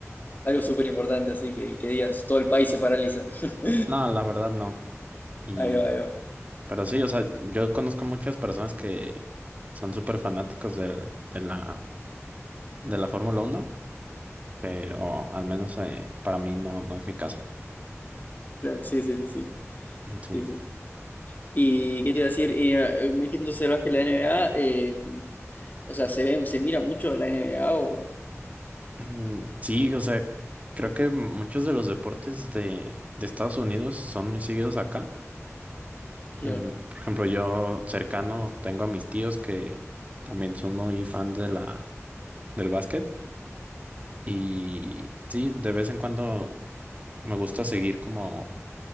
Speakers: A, on the left (about 35°); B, on the right (about 30°).
A: Algo súper importante, así que, que digas, todo el país se paraliza. <laughs>
B: No, la verdad no. Y,
A: Ahí va, ahí va.
B: pero sí, o sea, yo conozco muchas personas que son súper fanáticos del- de, la, de la Fórmula Uno, pero al menos eh, para mí no, no es mi caso.
A: Claro, sí, sí, sí, sí, sí,
B: Sí.
A: sí. ¿Y qué te iba a decir? Y, eh, me dijiste entonces ¿verdad? que la NBA, eh, o sea, se ve, se mira mucho la NBA o...
B: Mm, Sí, o sea, creo que muchos de los deportes de, de Estados Unidos son muy seguidos acá.
A: Claro,
B: Eh, por ejemplo, yo cercano tengo a mis tíos que también son muy fan de la, del básquet. Y sí, de vez en cuando me gusta seguir como